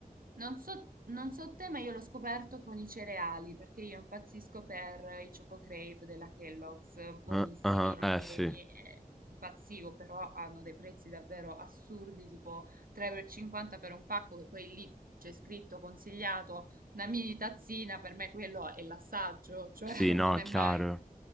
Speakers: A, on the right (about 70°); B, in the centre.
A: non so, non so te, ma io l'ho scoperto con i cereali, perché io impazzisco per i Choco Crave della Kellogg's, buonissimi,
B: Ah, ah,
A: Ah,
B: eh,
A: ripieni,
B: sì.
A: eh, impazzivo, però hanno dei prezzi davvero assurdi, tipo 3,50 euro e cinquanta per un pacco, che poi lì c'è scritto consigliato una mini tazzina, per me quello è l'assaggio, <laughs>
B: Sì,
A: cioè
B: no,
A: non
B: è
A: è
B: chiaro.
A: sì. mai